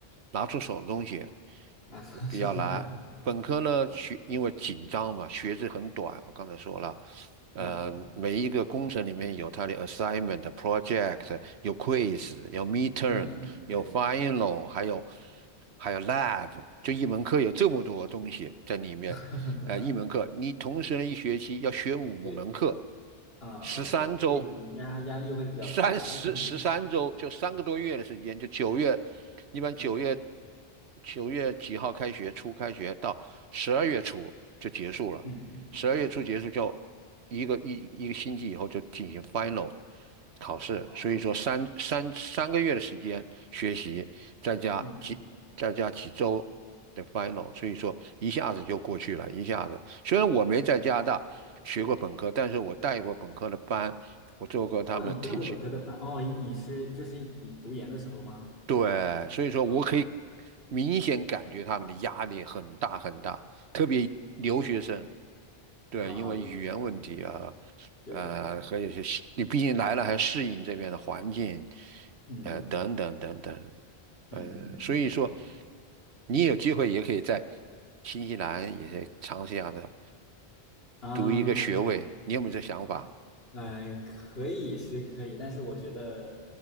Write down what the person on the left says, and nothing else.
松啊，
<laughs> 就难。
嗯
嗯嗯
嗯嗯嗯，对对对，
<laughs>
嗯，
所以嗯嗯，
我知道，所以压压力会比较大吧，
而且你
嗯
嗯嗯嗯嗯，
哦，
嗯嗯，
哦，你带过本科的班哦，
你是就是你读研的时候吗？
哦
啊，
留学生对对对，
嗯
嗯嗯嗯嗯嗯，
嗯，
可
嗯可以是可以，但是我觉得，